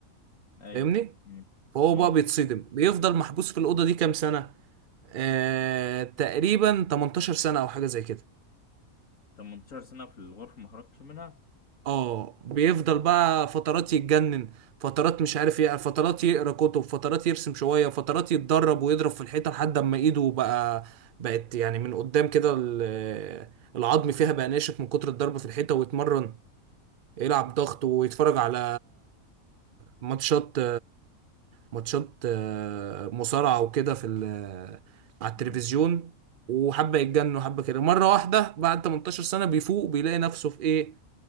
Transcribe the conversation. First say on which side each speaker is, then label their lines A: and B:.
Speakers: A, on the left; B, on the right.
A: ايوه
B: فاهمني
A: مم.
B: فهو
A: اه
B: بقى بيتصدم بيفضل محبوس في الاوضه دي كام سنه آه... تقريبا 18 سنه او حاجه زي كده
A: 18 سنه في الغرفه ما خرجش منها
B: اه بيفضل بقى فترات يتجنن فترات مش عارف ايه فترات يقرا كتب فترات يرسم شويه فترات يتدرب ويضرب في الحيطه لحد اما ايده بقى بقت يعني من قدام كده ال- العظم فيها بقى ناشف من كتر الضرب في الحيطه ويتمرن يلعب ضغط ويتفرج على ماتشات ماتشات مصارعه وكده في ال- على التلفزيون
A: مم.
B: وحبه يتجنن وحبه كده مره واحده بعد 18 سنه بيفوق بيلاقي نفسه في ايه